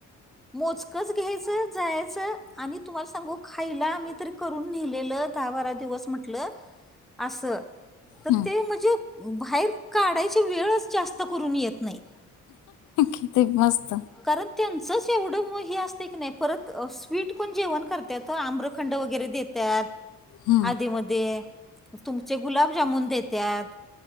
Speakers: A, in the centre; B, on the left.
A: मोजकच घ्यायचं, जायाचं आणि तुम्हाला सांगू खायला आम्ही मी तरी करून नेलेलं दहा बारा दिवस म्हंटल अस. तर
B: हम्म.
A: ते म्हणजे बाहेर काढायची वेळच जास्त करून येत नाही.
B: किती मस्त!
A: कारण त्यांचच एवढं म हे असतय की नाही, परत स्वीट पण जेवण करत्यात आम्र खंड वगैरे देत्यात.
B: हम्म.
A: आधी मध्ये, तुमचे गुलाबजामुन देत्यात.